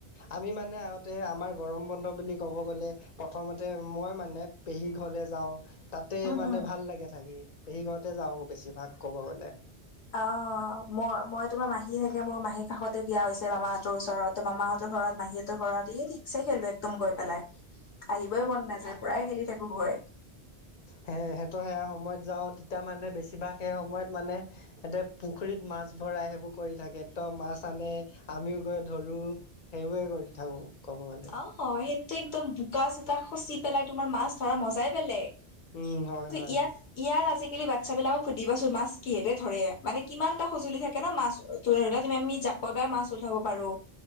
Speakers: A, on the left; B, on the left.
A: আমি মানে আগতে আমাৰ গৰম বন্ধ বুলি ক'ব গ'লে - প্ৰথমতে মই মানে পেহী ঘৰলে যাওঁ। তা'তে
B: উম
A: মানে
B: উম
A: ভাল লাগে থাকি পেহী ঘৰতে যাওঁ বেছিভাগ ক'ব গ'লে।
B: অঁহ', মই-মই তোমাৰ মাহী থাকে মোৰ মাহীৰ কাষতে বিয়া হৈছে মামাহঁতৰ ওচৰত মামাহঁতৰ ঘৰত মাহীহত- ঘৰত। এই ঠিকছে খেলো, একদম গৈ পেলাই আহিবই মন নাযায় পুৰা খেলি থাকো গৈ।
A: হে সেইটো সেয়া সময়ত যাওঁ‌ তেতিয়া মানে বেছিভাগ সেই সময়ত মানে- সেতে পুখুৰীত মাছ ভৰাই সেইবোৰ কৰি থাকে ত' মাছ আনি আমিও গৈ ধৰো। সেইবোৰে কৰি থাকো ক'ব গ'লে।
B: অহ', সেইটোৱেইটো একদম বোকা-চোকা খুচি পেলাই তোমাৰ মাছ ধৰা মজাই বেলেগ।
A: উম হয়
B: কি
A: হয়
B: ইয়াত- ইয়াত আজিকালি বাচ্ছা বিলাকক সুধিবা চোন মাছ কিহেৰে ধৰে, মানে কিমান এটা সঁজুলি থাকে ন' মাছ- ৰ'দত আমি জাকৈ বাই মাছ উঠাব পাৰোঁ,